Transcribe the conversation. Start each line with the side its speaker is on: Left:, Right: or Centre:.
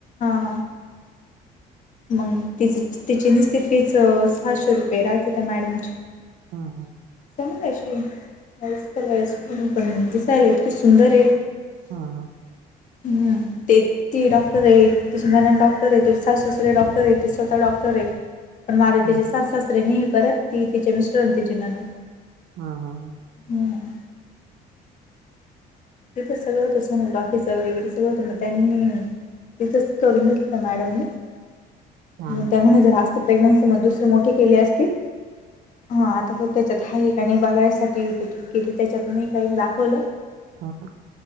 Left: ह. मग तिची तिची नुसती फीच सहाशे रुपये राहते त्या मॅडमची.
Right: हं हं.
Left: समायशी वयस्कर वयस्कर पण दिसायला इतकी सुंदर आहे.
Right: हा हा.
Left: हम्म. ते ती डॉक्टर आहे, तिची ननंद डॉक्टर आहेत, सासु-सासरे डॉक्टर आहेत, ती स्वतः डॉक्टर आहे. पण माझ्या
Right: हम्म
Left: तिच्या सासु- सासऱ्यानी परत ती तिचे मिस्टर आणि तिची ननंद
Right: हा हा.
Left: हम्म तिथे सगळं होतं सोनोग्राफीचं वगैरे सगळं होतं म त्यांनी तिथंच करून घेतलं त्या मॅडमनी.
Right: हा हा
Left: त्या म्हणे जरा असती प्रेग्नन्सी म दुसरी मोठी केली असती, हा आता त्याच्यात हाय काय नाय बघायसाठी युपीटी केली त्याच्यात नाही काही दाखवलं.
Right: हह.